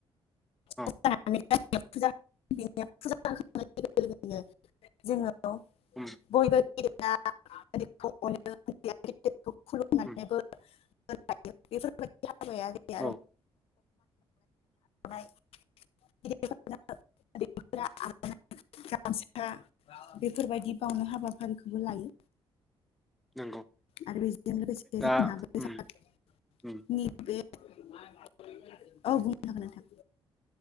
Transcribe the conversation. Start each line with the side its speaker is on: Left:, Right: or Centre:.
Centre: औ
Left: <unintelligible> <unintelligible> जोंङो औ
Centre: उम
Left: बयबो <unintelligible> <unintelligible> खुलुमनानैबो
Centre: उम
Left: <unintelligible> बिफोर बायदिया
Centre: औ
Left: <unintelligible> <unintelligible> गामसा बेफोरबायदि बावनो हाबाफारिखौबो लायो।
Centre: नंगौ
Left: आरो बेजों लोगोसे
Centre: दा
Left: जोंहा <unintelligible>
Centre: उम उम
Left: बे औ बुंनो हागोन नोंथां